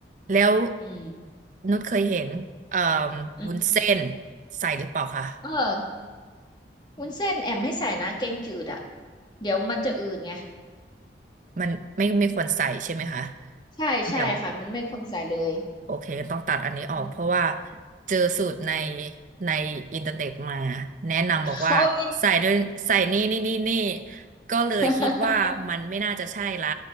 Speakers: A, on the right; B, on the left.
A: แล้ว
B: อืม
A: นุชเคยเห็นเอ่อ
B: อืม
A: วุ้นเส้นใส่หรือเปล่าคะ
B: เออวุ้นเส้นแอมไม่ใส่นะแกงจืดอ่ะเดี๋ยวมันจะอืดไง
A: มันไม่ไม่ควรใส่ใช่ไหมคะ
B: ใช่ใช่ค่ะมันไม่ควรใส่เลย
A: เดี๋ยว โอเคต้องตัดอันนี้ออกเพราะว่า
B: อืม
A: เจอสูตรในในอินเทอร์เน็ตมาแนะนำบอกว่าใส่ด้วยใส่นี่นี่นี่นี่
B: โอ้ย
A: ก็เลยคิดว่ามันไม่น่าจะใช่ละ
B: <laughs>